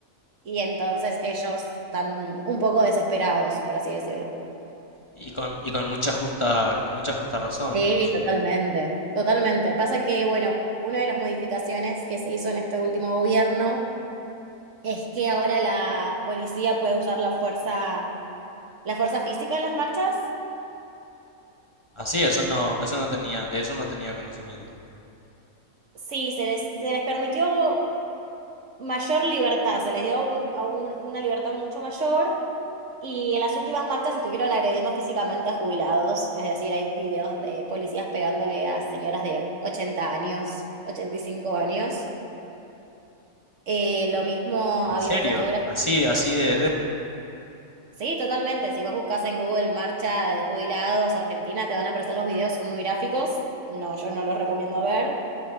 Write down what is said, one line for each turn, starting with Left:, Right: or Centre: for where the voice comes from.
Right: y entonces ellos están un poco desesperados, por así decirlo.
Left: y con, y con mucha justa, con mucha justa razón,
Right: Sí,
Left: de hecho.
Right: totalmente, totalmente. Pasa que, bueno, una de las modificaciones que se hizo en este último gobierno es que ahora la policía puede usar la fuerza, la fuerza física en las marchas.
Left: Así, eso no, eso no tenía, de eso no tenía conocimiento.
Right: Sí, se les, se les permitió mayor libertad, se les dio un- a un- una libertad mucho mayor y en las últimas marchas estuvieron agrediendo físicamente a jubilados, es decir, hay videos de policías pegándole a señoras de 80 años, 85 años. Eh, lo mismo
Left: ¿En
Right: había
Left: serio?
Right: un fotógrafo.
Left: Así, así de,
Right: eh,
Left: de-
Right: Sí, totalmente, si vos buscas en Google marcha de jubilados Argentina, te van a aparecer los videos, son muy gráficos, no, yo no los recomiendo ver.